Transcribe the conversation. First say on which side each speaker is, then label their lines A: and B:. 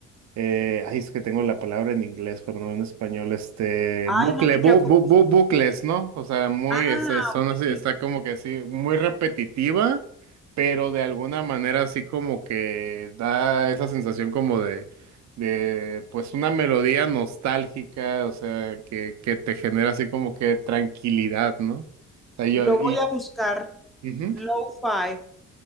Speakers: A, on the right (about 65°); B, in the centre.
A: eh, ay, es que tengo la palabra en inglés, pero no en español, este,
B: Ay,
A: bucle,
B: no te
A: bu,
B: preocupes.
A: bu- bu- bucles, ¿no? O sea, muy,
B: Ah,
A: este, son
B: ok.
A: así, está como que así, muy repetitiva, pero de alguna manera así como que da esa sensación como de, de, pues una melodía nostálgica, o sea, que, que te genera así como que tranquilidad, ¿no? O sea, yo,
B: Lo
A: y,
B: voy a buscar.
A: ujú.
B: Lo-fi.